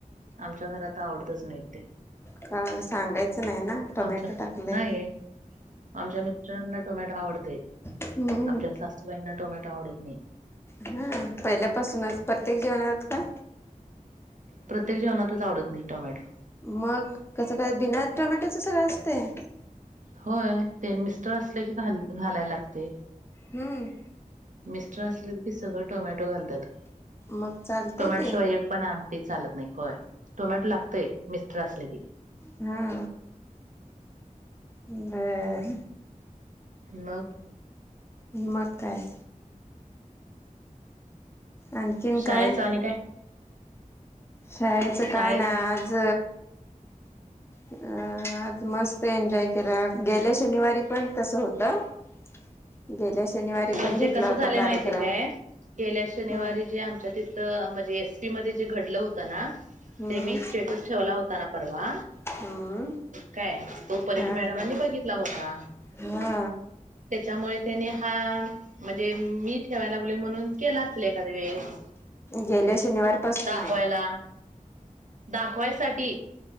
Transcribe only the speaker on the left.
का सांगायचं नाही ना टोमॅटो
टाकले.
हम्म
हा पहिल्यापासूनच प्रत्येक जेवणात. का
मग कसं काय बिना टोमॅटोच सगळं असतय.
हम्म
मग चालतंय
ते
हा बर!
मग काय? आणकीन
काय?
शाळेचं काय
नाय आज अ आज मस्त एन्जॉय केला गेल्या शनिवारी पण तस होतं. <inaudible> शनिवारी
पण घेतला
होता
कार्यक्रम
हम्म
हम्म
हम्म
हा
हा
गेल्या शनिवारपसून
हाय.